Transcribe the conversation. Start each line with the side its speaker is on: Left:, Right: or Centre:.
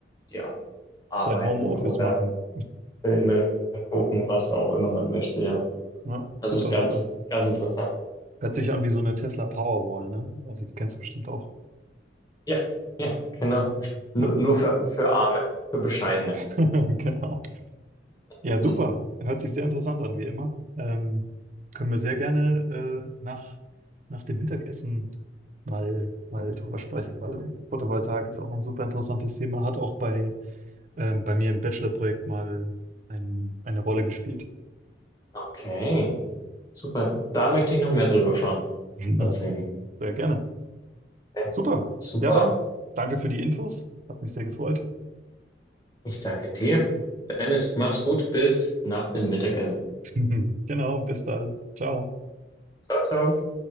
Left: ja, arbeiten
Right: Dein Homeoffice
Left: oder
Right: machen.
Left: Filme gucken, was auch immer man möchte, ja.
Right: Ja, super
Left: Das ist ganz,
Right: Sache.
Left: ganz interessant.
Right: Hört sich an wie so eine Tesla Powerwall, ne? Also die kennst du bestimmt auch.
Left: Ja, ja, genau. Nur,
Right: Ja,
Left: nur für, für Arme, für Bescheidene.
Right: <laughs> genau.
Left: <laughs>
Right: Ja, super. Hört sich sehr interessant an, wie immer. Ähm, können wir sehr gerne äh, nach, nach dem Mittagessen mal, mal drüber sprechen, weil Photovoltaik ist auch ein super interessantes Thema, hat auch bei, ähm, bei mir im Bachelorprojekt mal ein, eine Rolle gespielt. <laughs>
Left: Okay, super. Da möchte ich noch mehr drüber fahren,
Right: Mhm.
Left: tatsächlich.
Right: Sehr gerne.
Left: Okay.
Right: Super.
Left: Super.
Right: Ja, dann danke für die Infos. Hat mich sehr gefreut.
Left: Ich danke dir. Dennis, mach's gut. Bis nach dem Mittagessen.
Right: <laughs> Genau, bis dann. Ciao.
Left: Ciao, ciao.